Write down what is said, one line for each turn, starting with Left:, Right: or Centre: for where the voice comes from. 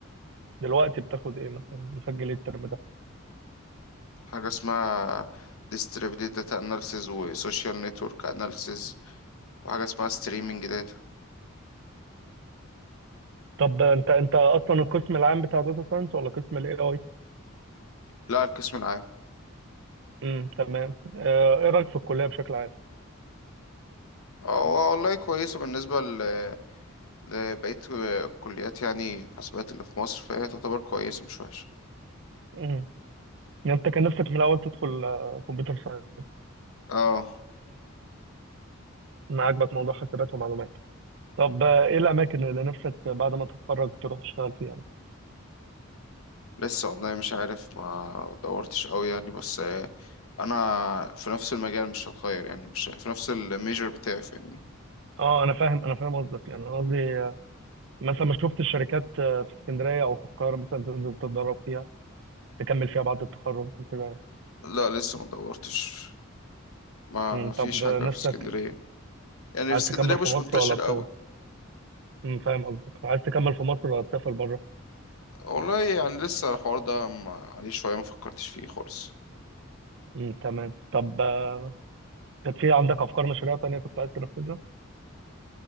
Right: دلوقتي بتاخد ايه مثلا؟ مسجل ايه الترم ده؟
Left: حاجة اسمها distributed data analysis و social network analysis وحاجة اسمها streaming data
Right: طب انت انت اصلا القسم العام بتاع داتا ساينس ولا قسم الاي اي
Left: لا القسم العام
Right: امم تمام آه، ايه رايك في الكليه بشكل عام
Left: اه والله كويسة بالنسبة ل- لبقية كليات يعني حاسبات اللي في مصر فهي تعتبر كويسة مش وحشة
Right: امم يعني انت كان نفسك من الاول تدخل كمبيوتر ساينس
Left: اه
Right: ما عجبك موضوع حسابات ومعلومات طب آه، ايه الاماكن اللي نفسك بعد ما تتخرج تروح تشتغل فيها يعني
Left: لسه والله مش عارف ما دورتش قوي يعني بس آه، انا في نفس المجال مش هتغير يعني مش في نفس الميجر بتاعي فاهمني
Right: اه انا فاهم انا فاهم قصدك يعني انا قصدي آه، مثلا ما شفت الشركات آه، في اسكندريه او في القاهره مثلا تنزل تتدرب فيها تكمل فيها بعد التخرج وكده
Left: لا لسه ما دورتش ما
Right: امم
Left: فيش
Right: طب آه،
Left: حاجة
Right: نفسك
Left: في اسكندرية يعني في
Right: عايز
Left: اسكندرية
Right: تكمل
Left: مش
Right: في مصر
Left: منتشر
Right: ولا ت...
Left: قوي
Right: امم، فاهم قصدك عايز تكمل في مصر ولا تسافر بره
Left: والله يعني لسه الحوار ده م- عليه شوية ما فكرتش فيه خالص
Right: مم، تمام طب آه، كانت في عندك افكار مشاريع تانية كنت عايز تنفذها